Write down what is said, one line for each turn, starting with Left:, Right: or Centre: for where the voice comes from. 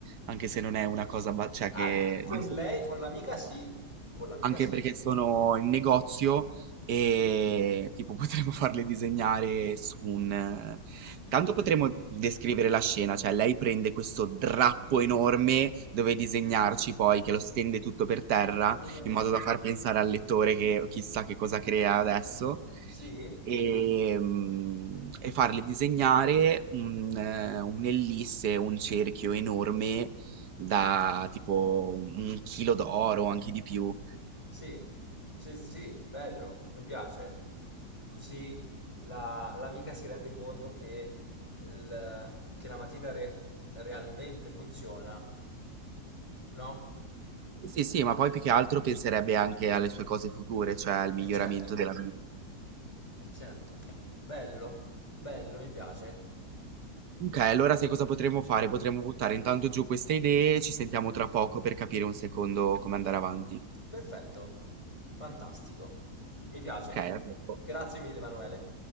Right: anche se non è una cosa, ba- cioè
Left: Ah,
Right: che...
Left: con
Right: visto
Left: lei,
Right: che-
Left: con l'amica sì. Con l'amica
Right: anche
Left: sì.
Right: perché sono in negozio e tipo <laughs> potremmo farle disegnare su un... eh, Tanto potremmo descrivere la scena, cioè lei prende questo drappo enorme dove disegnarci poi, che lo stende tutto per terra,
Left: Mhm.
Right: in modo da far <laughs> pensare al lettore che chissà che cosa crea adesso.
Left: Sì?
Right: E, mm, e farle disegnare un, eh, un'ellisse, un cerchio enorme da tipo un un chilo d'oro, anche di più.
Left: Sì, sì, sì, bello, mi piace. Così la- l'amica si rende conto che, il- che la matita re- realmente funziona, no?
Right: Sì, sì, ma poi più che altro penserebbe anche alle sue cose future, cioè al miglioramento
Left: E certo,
Right: della vita.
Left: è certo. Bello, bello, mi piace.
Right: Ok, allora sai cosa potremmo fare? Potremmo buttare intanto giù queste idee, ci sentiamo tra poco per capire un secondo come andare avanti.
Left: Perfetto, fantastico. Mi piace.
Right: Ok? a dopo.
Left: Grazie mille, Emanuele.